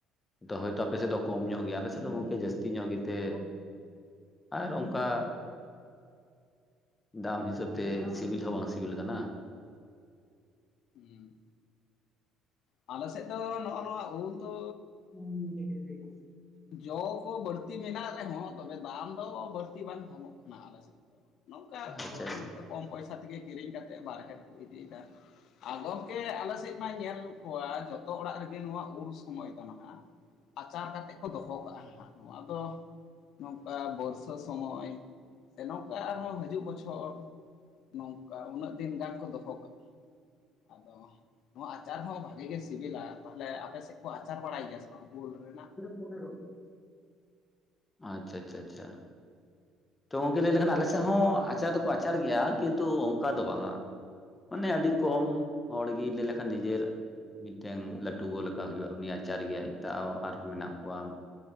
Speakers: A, on the left (about 20°); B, on the left (about 55°).
A: ᱛᱚ ᱦᱳᱭᱛᱚ ᱟᱯᱮᱥᱮᱫ ᱫᱚ ᱠᱚᱢ ᱧᱚᱜ ᱜᱮᱭᱟ, ᱟᱞᱮ ᱥᱮᱫ ᱫᱚ ᱜᱚᱝᱠᱮ ᱡᱟᱹᱥᱛᱤ ᱧᱚᱜ ᱜᱮᱛᱮ ᱟᱨ ᱚᱱᱠᱟ ᱫᱟᱢ ᱦᱤᱥᱟᱹᱵᱽ ᱛᱮ ᱥᱤᱵᱤᱞ ᱦᱚᱸ ᱵᱟᱝ ᱥᱤᱵᱤᱞ ᱟᱠᱟᱱᱟ᱾
B: ᱦᱩᱸ ᱾ ᱟᱞᱮ ᱥᱮᱫ ᱫᱚ ᱱᱚᱜᱼᱚ ᱱᱚᱣᱟ ᱩᱞ ᱫᱚ
A: <inaudible>
B: ᱡᱚ ᱠᱚ ᱵᱟᱹᱲᱛᱤ ᱢᱮᱱᱟᱜ ᱨᱮᱦᱚᱸ, ᱛᱚᱵᱮ ᱫᱟᱢ ᱫᱚ ᱵᱟᱹᱲᱛᱤ ᱵᱟᱝ ᱧᱟᱢᱚᱜ ᱠᱟᱱᱟ ᱟᱞᱮ ᱥᱮ ᱱᱚᱝᱠᱟ
A: ᱟᱪᱪᱷᱟ
B: ᱠᱚ
A: ᱟᱪᱪᱷᱟ
B: ᱱᱚᱝᱠᱟ ᱠᱚᱢ ᱯᱚᱭᱥᱟ ᱛᱮᱜᱮ ᱠᱤᱨᱤᱧ ᱠᱟᱛᱮᱫ ᱵᱟᱨᱦᱮ ᱨᱮ ᱠᱚ ᱤᱫᱤᱭᱮᱫᱟ, ᱟᱨ ᱜᱚᱝᱠᱮ ᱟᱞᱮ ᱥᱮᱫ ᱢᱟ ᱧᱮᱞ ᱠᱚᱣᱟ ᱡᱚᱛᱚ ᱚᱲᱟᱜ ᱨᱮᱜᱮ ᱱᱚᱣᱟ ᱩᱞ ᱥᱚᱢᱚᱭ ᱫᱚ ᱱᱟᱦᱟᱜ ᱟᱪᱟᱨ ᱠᱟᱛᱮ ᱫᱚᱦᱚ ᱠᱟᱜᱼᱟ ᱦᱟᱸᱜ ᱾ ᱱᱚᱣᱟ ᱫᱚ ᱱᱚᱝᱠᱟ ᱵᱚᱨᱥ ᱥᱟ ᱥᱚᱢᱚᱭ ᱥᱮ ᱱᱚᱝᱠᱟ ᱟᱨᱦᱚᱸ ᱦᱤᱡᱩᱜ ᱵᱚᱪᱷᱚᱨ ᱱᱚᱝᱠᱟ ᱩᱱᱟᱹᱜ ᱫᱤᱱ ᱜᱟᱱ ᱠᱚ ᱫᱚᱦᱚ ᱠᱟᱜᱼᱟ ᱾ ᱟᱫᱚ ᱱᱚᱣᱟ ᱟᱪᱟᱨ ᱦᱚᱸ ᱵᱷᱟᱜᱤ ᱜᱮ ᱥᱤᱵᱤᱞᱟ, ᱛᱟᱦᱞᱮ ᱟᱯᱮ ᱥᱮᱫ ᱠᱚ ᱟᱪᱟᱨ ᱵᱟᱲᱟᱭ ᱜᱮᱭᱟ ᱥᱮ ᱵᱟᱝ ᱩᱞ ᱨᱮᱱᱟᱜ?
A: <inaudible> ᱟᱪᱪᱷᱟ ᱟᱪᱪᱷᱟ ᱟᱪᱪᱷᱟ ᱾ ᱛᱚ ᱜᱚᱝᱠᱮ ᱞᱟᱹᱭ ᱞᱮᱠᱷᱟᱱ ᱟᱞᱮ ᱥᱮᱫ ᱦᱚᱸ ᱟᱪᱟᱨ ᱫᱚᱠᱚ ᱟᱪᱟᱨ ᱜᱮᱭᱟ ᱠᱤᱱᱛᱩ ᱚᱱᱠᱟ ᱫᱚ ᱵᱟᱝᱼᱟ ᱾ ᱢᱟᱱᱮ ᱟᱹᱰᱤ ᱠᱚᱢ ᱦᱚᱲ ᱜᱮ ᱞᱟᱹᱭ ᱞᱮᱠᱷᱟᱱ ᱱᱤᱡᱮᱨ ᱢᱤᱫᱴᱮᱱ ᱞᱟᱹᱴᱩ ᱜᱚ ᱞᱮᱠᱟ ᱦᱩᱭᱩᱜᱼᱟ ᱩᱱᱤ ᱟᱪᱟᱨ ᱜᱮᱭᱟᱭ ᱛᱟᱣ ᱟᱨᱦᱚᱸ ᱢᱮᱱᱟᱜ ᱠᱚᱣᱟ ᱾